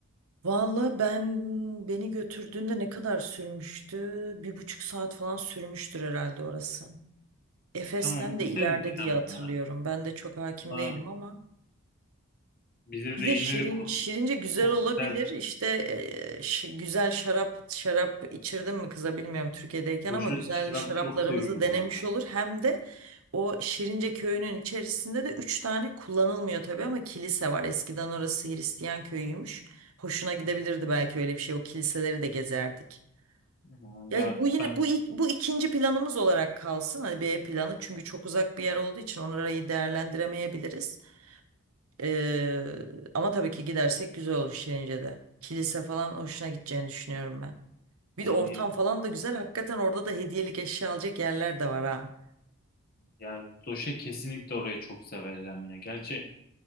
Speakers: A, on the right; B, on the left.
A: Valla ben beni götürdüğünde ne kadar sürmüştü? Bir buçuk saat falan sürmüştür herhalde orası. Efes'ten
B: E, Tamam gideriz
A: de ileride
B: dedim
A: diye hatırlıyorum.
B: ya.
A: Ben de çok hakim
B: Ama
A: değilim ama.
B: bize
A: Bir
B: de
A: de
B: yenilik
A: şirin,
B: olur.
A: şirince güzel olabilir.
B: Güzel.
A: İşte e, şi- güzel şarap şarap içirdim mi kıza bilmiyorum Türkiye'deyken
B: Roşet
A: ama güzel
B: şarabı
A: şaraplarımızı
B: çok seviyor
A: denemiş
B: bu arada.
A: olur. Hem de o Şirince köyünün içerisinde de üç tane kullanılmıyor tabii ama kilise var. Eskiden orası Hristiyan köyüymüş. Hoşuna gidebilirdi belki öyle bir şey. O kiliseleri de gezerdik.
B: Aa, Ya
A: Ya bu yine
B: ben
A: bu ilk- bu ikinci planımız olarak kalsın. Hani B planı çünkü çok uzak bir yer olduğu için orayı değerlendiremeyebiliriz. Ee, ama tabii ki gidersek güzel olur Şirince'de. Kilise falan hoşuna gideceğini düşünüyorum ben. Bir
B: yani
A: de ortam falan da güzel. Hakikaten orada da hediyelik eşya alacak yerler de var ha.
B: ya Doşe kesinlikle orayı çok severim ya. Gerçi